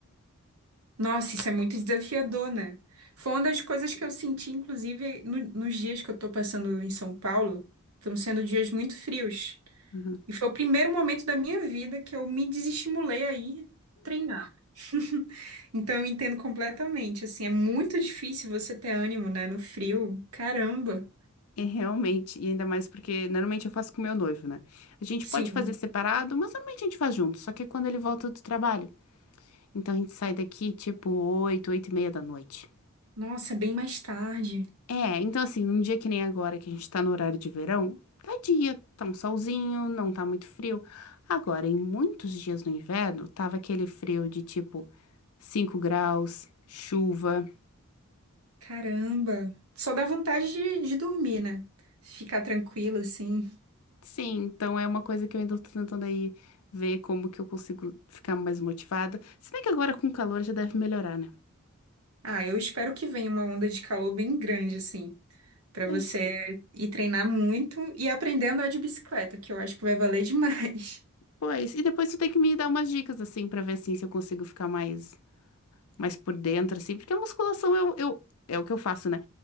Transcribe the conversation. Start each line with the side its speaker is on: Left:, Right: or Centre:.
Right: Nossa, isso é muito desafiador, né? Foi uma das coisas que eu senti, inclusive, no- nos dias que eu tô passando em São Paulo. Estão sendo dias muito frios.
Left: Uhum.
Right: E foi o primeiro momento da minha vida que eu me desestimulei a ir treinar. <laughs> Então, eu entendo completamente. Assim, é muito difícil você ter ânimo, né? No frio. Caramba.
Left: É realmente, e ainda mais porque normalmente eu faço com meu noivo, né? A gente
Right: Sim.
Left: pode fazer separado, mas normalmente a gente faz junto, só que é quando ele volta do trabalho. Então a gente sai daqui tipo oito 8 e meia da noite.
Right: Nossa, bem mais tarde.
Left: É, então assim, num dia que nem agora, que a gente tá no horário de verão, tá dia, tá um solzinho, não tá muito frio. Agora, em muitos dias no inverno, tava aquele frio de tipo 5 graus, chuva.
Right: Caramba. Só dá vontade de, de dormir, né? Ficar tranquilo, assim.
Left: Sim, então é uma coisa que eu ainda tô tentando aí ver como que eu consigo ficar mais motivada. Se bem que agora com o calor já deve melhorar, né?
Right: Ah, eu espero que venha uma onda de calor bem grande, assim, pra
Left: Pois,
Right: você ir treinar muito e aprender a andar de bicicleta, que eu acho que vai valer demais. <laughs>
Left: pois. E depois tu tem que me dar umas dicas assim pra ver assim se eu consigo ficar mais mas por dentro, assim, porque a musculação eu, eu, é o que eu faço, né?